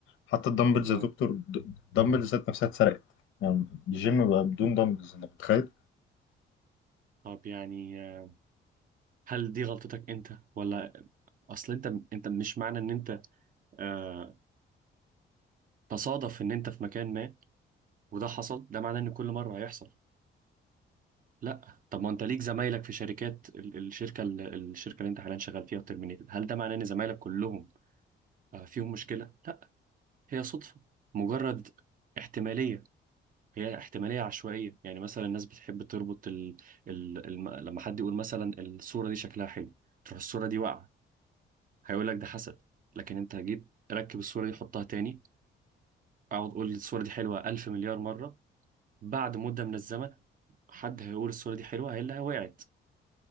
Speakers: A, on the left (about 80°); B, on the right (about 45°).
A: حتى الدمبلز
B: اه
A: يا دكتور د- الدمبلز ذات نفسها اتسرقت يعني الجيم بقى بدون دمبلز انت متخيل
B: طب يعني آه، هل دي غلطتك انت ولا اصل انت انت مش معنى ان انت آه تصادف ان انت في مكان ما وده حصل ده معناه ان كل مره هيحصل لا طب ما انت ليك زمايلك في شركات ال- الشركه ال- الشركه اللي انت حاليا شغال فيها وترمينيتد هل ده معناه ان زمايلك كلهم آه فيهم مشكله لا هي صدفه مجرد احتماليه هي احتمالية عشوائية يعني مثلا الناس بتحب تربط ال... ال... الم... لما حد يقول مثلا الصورة دي شكلها حلو تروح الصورة دي واقعة هيقول لك ده حسد لكن انت جيت ركب الصورة دي حطها تاني اقعد قول الصورة دي حلوة ألف مليار مرة بعد مدة من الزمن حد هيقول الصورة دي حلوة هي اللي وقعت